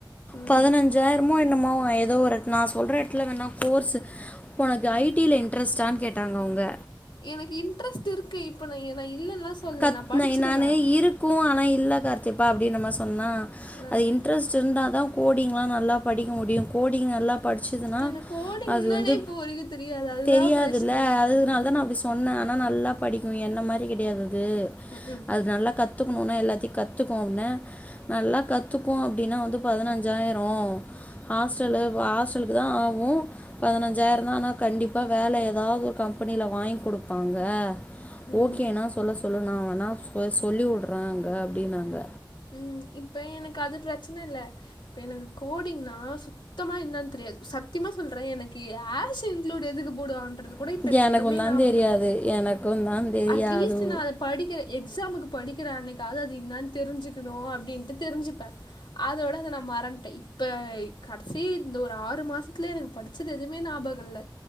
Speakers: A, on the left; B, on the left.
A: ம்
B: பதினஞ்சாயிரமோ என்னமோவா எதோ ஒரு நா சொல்ற எடத்துல வேணா கோர்ஸ்ஸு ஒனக்கு ஐ டி ல இன்ட்ரெஸ்ட்டான் கேட்டாங்க அவ்ங்க
A: எனக்கு இன்ட்ரெஸ்ட் இருக்கு இப்ப நா இல் நா இல்லன்லா சொல்லல
B: கத்
A: நா படிச்சிடுவே
B: னை நானு இருக் க்கு ஆனா இல்ல கார்த்திப்பா அப்டின்னு நம்ம சொன்னா
A: அ
B: அது இன்ட்ரெஸ்ட்டு இருந்தாதா கோடிங்லா நல்லா படிக்க முடியு கோடிங் நல்லா படிச்சதுன்னா
A: எனக்கு கோடிங்
B: அது
A: என்னானே
B: வந்து
A: இப்போ வரைக்கு தெரியாது அதுதா
B: தெரியாதுல்ல
A: பிரச்சன
B: அதனாலதா
A: ம் ம்
B: நா அப்டி சொ சொன்னே ஆனா நல்லா படிக்கு என்ன மாரி கெடையாது அது
A: ம் ம்
B: அது நல்லா கத்துக்கணுனா எல்லாத்தையு கத்துக்கோன்ன நல்லா கத்துக்கு அப்டின்னா வந்து பதினஞ்சாயிரு ஹாஸ்டலு ஹாஸ்டலுக்தா ஆவு பதினஞ்சாயிரோந்தா ஆனா கண்டிப்பா வேல எதாவ்து ஒரு கம்பெனில வாங்கி குடுப்பாங்க
A: ம்
B: ஓகேனா சொல்ல சொல்லு நா வேணா சொ சொல்லி வுடுறே அங்க அப்டின்னாங்க
A: ம் இப்ப எனக்கு அது பிரச்சன இல்ல இப்ப எனக்கு கோடிங்னா சுத்தமா என்னான்னு தெரியாது சத்தியமா சொல்ற எனக்கு ஹேர் சிங் குலோடு எதுக்கு போடுவான்றது கூட
B: அஹ்
A: இப்ப எனக்
B: எனக்கும்
A: எதுவுமே
B: தான்
A: நாபகொ
B: தெரியாது
A: இல்ல
B: எனக்கும் தான் தெரியாது
A: அட்லீஸ்ட் நா அதப் படிக்கிற எக்ஸாமுக்கு படிக்கிற அன்னைக்காது அது என்னான் தெரிஞ்சுக்கணு அப்டின்ட்டு தெரிஞ்சுப்ப அதோட அத நா மறன்ட்ட இப்ப கடைசி இந்த ஒரு ஆறு மாசத்துலே எனக் படுச் ச்சது எதுவுமே நாபகொல்ல